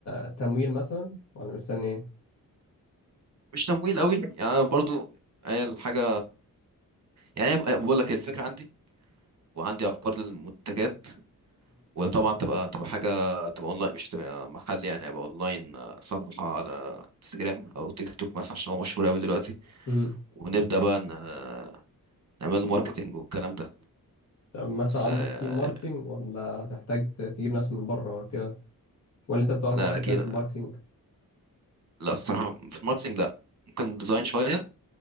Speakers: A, on the left (about 50°); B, on the right (about 50°).
A: آه، تمويل مثلا ولا مستني ايه؟
B: مش تمويل قوي يعني أنا برضو هي الحاجة يعني أنا بقول لك الفكرة عندي وعندي افكار للمنتجات وطبعا تبقى تبقى حاجه تبقى اونلاين مش تبقى محل يعني هيبقى اونلاين آه، صفحه على انستجرام او تيك توك مثلا عشان هو مشهور قوي دلوقتي
A: امم
B: ونبدا بقى ن- آه، نعمل له ماركتنج والكلام ده
A: طب مثلا
B: بس
A: عندك
B: آه،
A: تيم ماركتينج ولا تحتاج تجيب ناس من بره ولا كده ولا انت بتعرف
B: لا
A: اصلا
B: اكيد
A: كيف في الماركتينج
B: لا الصراحه في ماركتنج لا ممكن ديزاين شويه